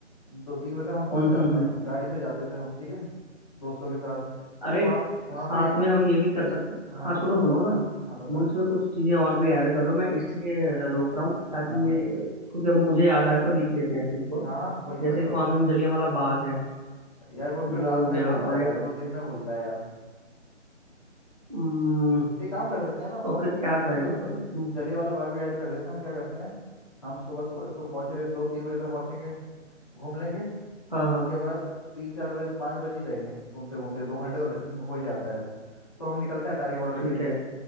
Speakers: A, on the left; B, on the right.
A: दो तीन बजे तक हम पहुंच
B: हम्म
A: जाते
B: हम्म
A: हैं
B: हम्म।
A: गाड़ी से जाते थे हम ठीक है दोस्तों के साथ
B: अरे
A: तो वहाँ वहाँ
B: साथ
A: पे एक
B: में हम ये भी कर सकते
A: हाँ
B: हाँ
A: बता
B: सुनो सुनो ना
A: हाँ बता
B: बीच में कुछ चीजें और भी ऐड कर लो मैं इसलिए रोक रहा हूँ ताकि
A: हाँ
B: ये क्योंकि अब मुझे याद आया तो लिख लेते हैं इस चीज को
A: हाँ हाँ कोई नहीं
B: जैसे
A: बता
B: एक वहाँ
A: बता
B: पे हम जलियांवाला बाग है
A: यार वो फिर
B: वो
A: रात
B: हो
A: में
B: गया
A: ही खुलता
B: और
A: है यार
B: एक
A: वो दिन में खुलता है यार
B: उम्म,
A: एक काम कर सकते हैं ना हम
B: तो
A: बता
B: फिर
A: सुन
B: क्या
A: अब
B: करेंगे
A: सुन सुन
B: उम्म,
A: जलियांवाला बाग भी ऐड कर देते हैं हम क्या करते हैं हम सुबह सुबह तो पहुंच रहे हैं दो तीन बजे तक पहुंचेंगे घूम लेंगे
B: हाँ हाँ
A: उसके बाद तीन चार बजे पाँच बजे ही जाएंगे घूमते घूमते दो घंटे तो ल- हो ही जाता है तो हम निकलते हैं अटारी बॉर्डर
B: ठीक
A: के लिए
B: है